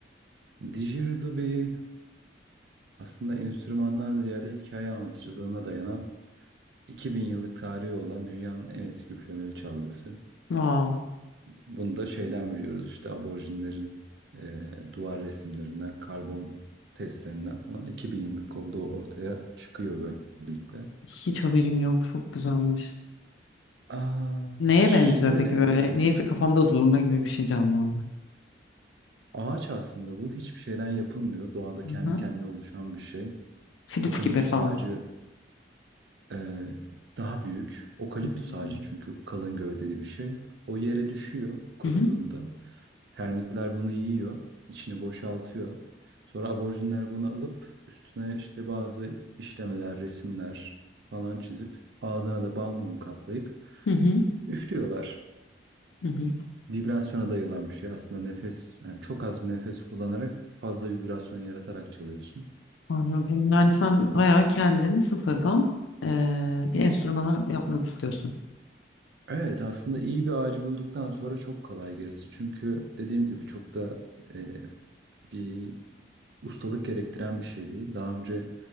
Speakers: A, on the right; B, on the left.
A: didgeridoo bir aslında enstrümandan ziyade hikaye anlatıcılığına dayanan 2000 yıllık tarihi olan dünyanın en eski üflemeli çalgısı.
B: Wow.
A: Bunu da şeyden biliyoruz işte aborjinlerin e, duvar resimlerinden, karbon testlerinden falan 2000 yıllık olduğu ortaya çıkıyor böylelikle.
B: Hiç haberim yok. Çok güzelmiş.
A: Aa,
B: Neye
A: şöyle
B: benziyor peki böyle? Neyse kafamda zurna gibi bir şey canlandı.
A: ağaç aslında bu hiçbir şeyden yapılmıyor. Doğada
B: Hı-hı.
A: kendi kendine oluşan bir şey.
B: Flüt
A: Okaliptüs
B: gibi falan.
A: ağacı Ee, daha büyük. Okaliptüs
B: Hı-hı.
A: ağacı çünkü kalın gövdeli bir şey. O yere düşüyor kuruduğunda.
B: Hı-hı.
A: Termitler bunu yiyor, içini boşaltıyor. Sonra aborjinler bunu alıp üstüne işte bazı işlemeler, resimler falan çizip ağzına da bal mumu kaplayıp
B: Hı-hı.
A: üflüyorlar.
B: Hı-hı.
A: Vibrasyona dayalı bir şey aslında nefes yani çok az bir nefes kullanarak fazla vibrasyon yaratarak çalıyorsun.
B: Anladım. Yani sen bayağı kendin sıfırdan eee, bir enstrümanı yapmak istiyorsun.
A: Evet aslında iyi bir ağacı bulduktan sonra çok kolay gerisi. Çünkü dediğim gibi çok da e, bir ustalık gerektiren bir şey değil. Daha önce